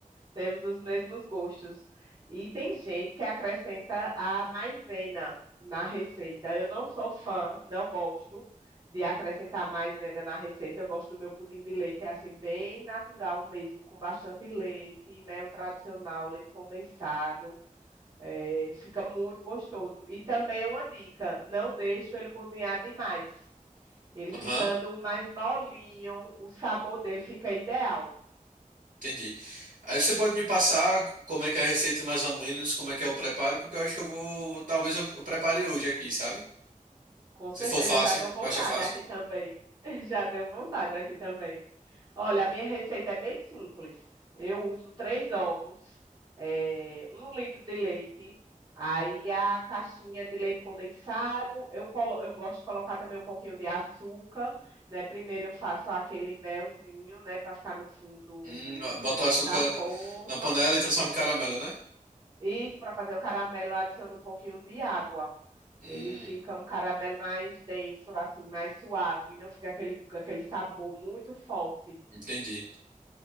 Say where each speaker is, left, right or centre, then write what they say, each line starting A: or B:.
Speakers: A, on the right; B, on the right.
A: Temos os mesmos gostos. E tem gente que acrescenta a maisena na receita. Eu não sou fã, não gosto de acrescentar maisena na receita. Eu gosto do meu pudim de leite, é assim, bem natural mesmo, com bastante leite, né? O tradicional, leite condensado. É, fica muito gostoso. E também uma dica: não deixo ele cozinhar demais. Ele ficando
B: Aham,
A: mais molinho, o sabor dele fica ideal.
B: entendi. Aí você pode me passar como é que é a receita mais ou menos, como é que é o preparo, porque eu acho que eu vou, talvez eu, eu prepare hoje aqui, sabe?
A: Com certeza,
B: Se for fácil,
A: já deu vontade
B: eu acho fácil.
A: aqui também. <laughs> Já deu vontade aqui também. Olha, a minha receita é bem simples. Eu uso três ovos, eh, um litro de leite, aí a caixinha de leite condensado. Eu, colo- eu gosto de colocar também um pouquinho de açúcar, né? Primeiro eu faço aquele melzinho, né, para ficar no fundo
B: Hum, bota o açúcar
A: da forma.
B: na, na panela e transforma
A: E-
B: em caramelo, né?
A: Isso, para fazer o caramelo, eu adiciono um pouquinho de água.
B: Hum.
A: Ele fica um caramelo mais denso, assim, mais suave, não fica aquele, aquele sabor muito forte.
B: Entendi,